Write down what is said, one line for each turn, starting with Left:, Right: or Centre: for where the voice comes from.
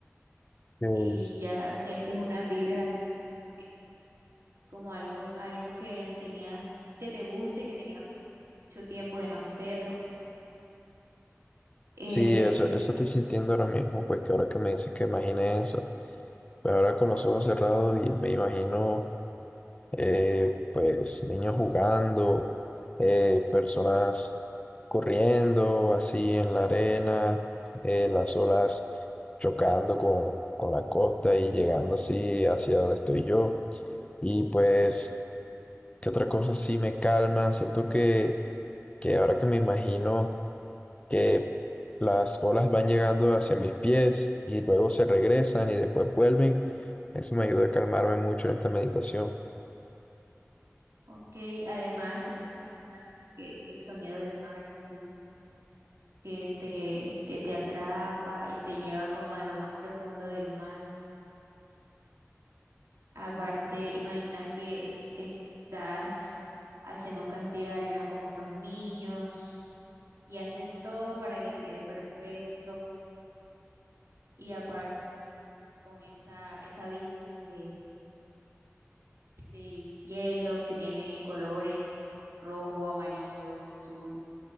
Left: Pues,
Right: y ya sientes unas vibras así, eh, como algo, algo que tenías, que te guste y que tenías mucho tiempo de no hacerlo. Eh,
Left: sí, eso, eso estoy sintiendo ahora mismo, pues que ahora que me dices que imagine eso, pues ahora con los ojos cerrados y me imagino, eh, pues, niños jugando, eh, personas corriendo así en la arena, eh, las olas chocando con, con la costa y llegando así hacia donde estoy yo. Y pues... que otra cosa sí me calma. Siento que, que ahora que me imagino que las olas van llegando hacia mis pies y luego se regresan y después vuelven, eso me ayuda a calmarme mucho en esta meditación.
Right: ok, además, imagina que el sonido del mar así, que te, que te atrapa y te lleva como a lo más profundo del mar. Aparte, imagina que estás haciendo un castillo de arena con unos niños y haces todo para que quede perfecto. Y aparte, con esa, esa vista de- del cielo que tiene colores rojo, amarillo, azul.